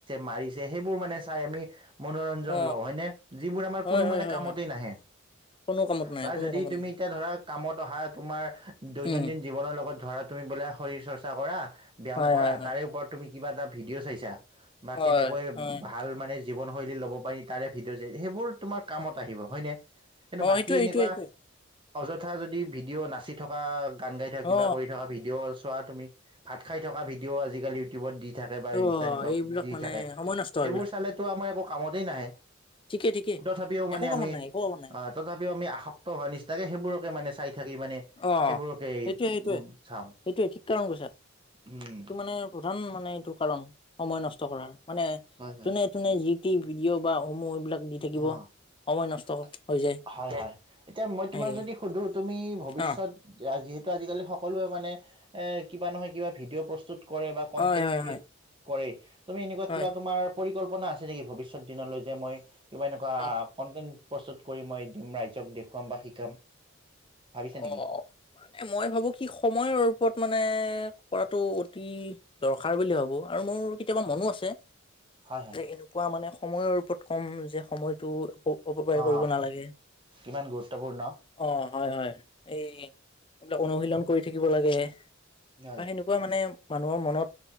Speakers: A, on the right; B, on the left.
A: মাৰিছে সেইবোৰ মানে চাই আমি মনোৰঞ্জন
B: অ
A: লওঁ হয়নে যিবোৰ আমাৰ
B: হয়
A: কোনো
B: হয়
A: মানে
B: হয়
A: কামতেই
B: হয়
A: নাহে
B: কোনো কামত নাই
A: বা
B: কোনো
A: যদি
B: কামত
A: তুমি
B: নাই
A: এতিয়া ধৰা কামত অহা তোমাৰ দৈনন্দিন
B: উম
A: জীৱনৰ লগত ধৰা তুমি বলা শৰীৰ চৰ্চা কৰা ব্যায়াম
B: হয়
A: কৰা
B: হয় হয়
A: তাৰে ওপৰত তুমি কিবা এটা ভিডিঅ' চাইছা বা
B: হয়
A: কেনেকৈ
B: হয়
A: ভাল মানে জীৱনশৈলী ল'ব পাৰি তাৰে ভিডিঅ' সেইবোৰ তোমাৰ কামত আহিব হয়নে কিন্তু
B: অ
A: বাকী
B: সেইটোয়ে
A: এনেকুৱা
B: এইটোয়ে এইটোয়ে
A: অযথা যদি ভিডিঅ' নাচি থকা কাণ্ড এতিয়া কিবা
B: অ
A: কৰি থকা ভিডিঅ' চোৱাত তুমি ভাত খাই থকা ভিডিঅ' আজিকালি ইউটিউবত দি থাকে বা
B: অ
A: ইানষ্ট
B: এইবিলাক
A: দি
B: মানে
A: থাকে
B: সময় নষ্ট
A: সেইবোৰ
B: এইবিলাক
A: চালেতো আমাৰ একো, কামতেই নাহে।
B: ঠিকে ঠিকে
A: তথাপিও মানে
B: একো কামত
A: আমি
B: নাই একো কামত নাই।
A: অহ, ' তথাপিও আমি আসক্ত হোৱা নিচিনাকে সেইবোৰকে মানে, চাই থাকি মানে
B: অ',
A: সেইবোৰকে
B: সেইটোৱে -সেইটোৱে।
A: উম চাওঁ।
B: সেইটোৱে ঠিক কাৰণ কৈছা আৰু
A: উম
B: সেইটো মানে প্ৰধান মানে, হিতো কাৰণ, সময় নষ্ট কৰাৰ মানে
A: হয় হয়
B: যোনে তোনে যি, এই ভিডিঅ' বা অমূহ এইবিলাক, দি থাকিব
A: অহ,
B: সময় নষ্ট
A: '
B: হৈ যায়।
A: হয় -হয় এতিয়া মই তোমাক
B: এই
A: যদি সুধো, ' তুমি ভৱিষ্যত
B: অ',
A: যিহেতু আজিকালি সক, সকলোৱে মানে এ ', কিবা নহয় কিবা, ভিডিঅ' প্ৰস্তুত, কৰে বা কনটেণ্ট
B: হয় হয়
A: -ক্ৰিয়েট,
B: হয়।
A: কৰেই। তুমি এনেকুৱা
B: হয়।
A: কিবা তোমাৰ? পৰিকল্পনা আছে নেকি ভৱিষ্যত দিনলৈ যে, মই, কিবা এনেকুৱা
B: অ',
A: কণ্টেণ্ট- ক্ৰীয়ে, প্ৰস্তুত কৰি মই দিম ৰাইজক দেখুৱাম বা শিকাম, ভাবিছা নেকি
B: অহ, 'মানে মই ভাবো কি সময়ৰ ওপৰত, মানে কৰাটো অতি দৰকাৰ বুলি ভাবো আৰু মোৰ কেতিয়াবা মনো আছে।
A: হয় হয়
B: যে, এনেকুৱা মানে সময়ৰ ওপৰত কম যে, সময়টো। অপকাৰী
A: অ
B: কৰিব নালাগে
A: কিমান গুৰুত্বপূৰ্ণ
B: অ', হয় - হয়। এই, এইবিলাক অনুশীলন কৰি থাকিব লাগে।
A: হয়
B: বা সেনেকুৱা মানে, মানুহৰ মনত